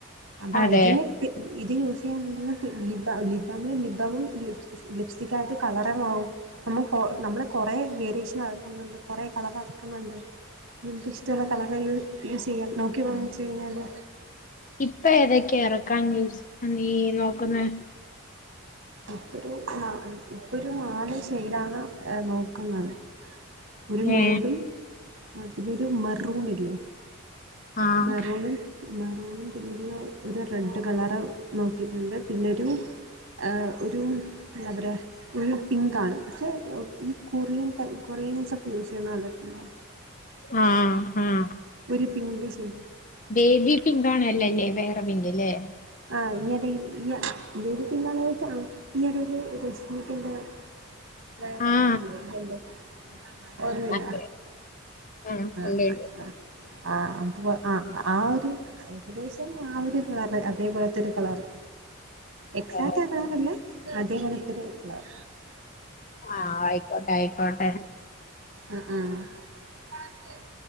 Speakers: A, on the right; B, on the left.
A: അബാ
B: അതെ
A: ഇതിനെ പി ഇത് യൂസ് ചെയ്യാൻ <unintelligible> lip balm lip balm lips lipstick ആയിട്ട് കളറങ്ങാവും നമ്മ നമ്മള് കൊറെ ഡീഷനാക്കുന്നുണ്ട് കുറെ കളറാക്കുന്നുണ്ട് നമുക്ക് ഇഷ്ടുള്ള കളറെ യു യൂസ് ചെയ്യാം നോക്കി വാങ്ങിച്ച തെഞ്ഞല്ലേ
B: ഇപ്പൊ ഏതക്കെ ഇറക്കാൻ ന്യൂസ് നീ നോക്കുന്നേ
A: ഇപ്പൊരു ന്ന ഇപ്പൊരു നാല് ശൈഡാണ ഏഹ് നോക്കുന്നത്. ഒരു നൂടും
B: ഏ
A: ആ പിന്നൊരു മറൂണി ല്ലെ
B: ആഹ്
A: മെറൂൺ മാ <unintelligible> ഒര് റെഡ് കളറ് നോക്കിക്ക് ല്ലെ പിന്നൊരു ഏഹ് ഒരും എന്താ പറയാ ഒരു പിങ്കാണ് പക്ഷേ ഈ കൊറിയൻ ടൈ കൊറിയൻസൊക്കെ യൂസെയ്യുന്ന കണ്ടിട്ടുണ്ടോ?
B: ആഹ് ആഹ്
A: ഒരു പിങ്ക് ഷെയ്ഡ്
B: ബേബി പിങ്കാണ് ഇല്ലല്ലേ വേറെ പിങ്ക് ല്ലേ
A: ആ ഈയടെ ഈ യ ബേബി പിങ്കാണോച്ചാ ആ ഈയടെല് രശ്മിക്കന്റെ വെറെ
B: ആഹ്
A: <unintelligible> ഓർമില്ല
B: അതെ ഉണ്ട്
A: ആഹ്
B: ഉണ്ട്
A: ആഹ് അതു ആഹ് ആ ഒര് ഏകദേശം ആ ഒരു <unintelligible> അതേ പോലത്തൊരു കളറ് എക്സാറ്റ്
B: ഓ
A: ആകാറില്ല അതേപോലെത്തൊരു കളർ
B: ആഹ് ആയി ക്കോട്ടെ ആയിക്കോട്ടെ
A: ആഹ്‌ ആഹ്